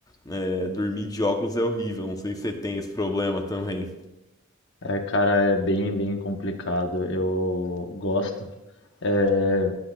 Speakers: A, on the left (about 20°); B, on the left (about 65°).
A: é, dormir de óculos é horrível. Não sei se você tem esse problema também.
B: É, cara, é bem, bem complicado. Eu gosto. Eh,